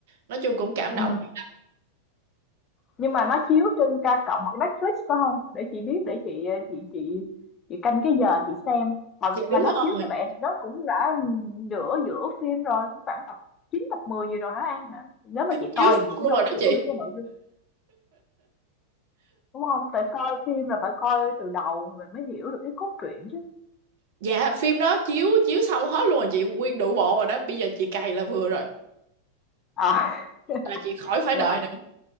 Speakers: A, on the right; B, on the left.
A: nói chung cũng cảm
B: Ừ.
A: động dữ lắm
B: nhưng mà nó chiếu trên K cộng hoặc Netflix phải không để chị biết để chị chị chị chị canh cái giờ chị xem mà
A: dạ
B: mà
A: đúng
B: nó chiếu
A: rồi
B: như vậy thì nó cũng đã nửa giữa phim rồi cũng khoảng tập 9 tập 10 gì rồi hả An hả nếu mà chị
A: chiếu
B: coi
A: xong
B: thì chị cũng
A: luôn
B: đâu
A: rồi đó
B: có hiểu
A: chị
B: được cái nội dung đúng không tại coi phim là phải coi từ đầu mình mới hiểu được cái cốt truyện chứ
A: dạ phim đó chiếu chiếu xong hết luôn rồi chị nguyên đủ bộ rồi đó bây giờ chị cày là vừa rồi
B: à, <laughs>
A: là chị khỏi phải
B: rồi
A: đợi nữa